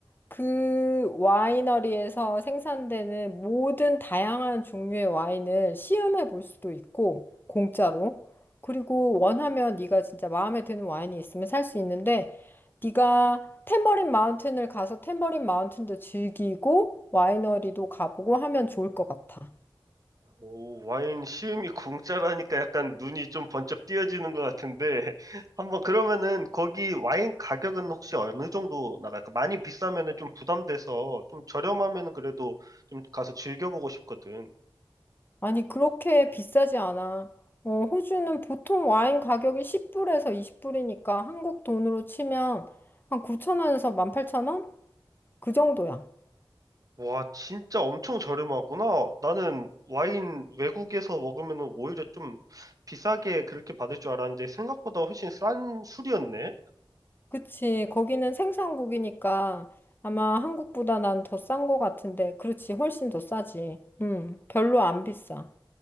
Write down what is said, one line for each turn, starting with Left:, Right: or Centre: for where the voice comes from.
Left: 그 와이너리에서 생산되는 모든 다양한 종류의 와인을 시음해 볼 수도 있고 공짜로. 그리고 원하면 네가 진짜 마음에 드는 와인이 있으면 살 수 있는데 네가 탬버린 마운틴을 가서 탬버린 마운틴도 즐기고 와이너리도 가보고 하면 좋을 것 같아.
Right: 오, 와인 시음이 공짜라니까 약간 눈이 좀 번쩍 띄어지는 것 같은데 <laughs> 한번 그러면은 거기 와인 가격은 혹시 어느 정도 나갈까? 많이 비싸면은 좀 부담돼서 좀 저렴하면은 그래도 좀 가서 즐겨보고 싶거든.
Left: 아니, 그렇게 비싸지 않아. 어, 호주는 보통 와인 가격이 10불에서 20불이니까 한국 돈으로 치면 한 9,000원에서 18,000원? 그 정도야.
Right: 와, 진짜 엄청 저렴하구나. 나는 와인 외국에서 먹으면은 오히려 좀 비싸게 그렇게 받을 줄 알았는데 생각보다 훨씬 싼 술이었네.
Left: 그치. 거기는 생산국이니까 아마 한국보다 난 더 싼 거 같은데. 그렇지. 훨씬 더 싸지. 음, 별로 안 비싸.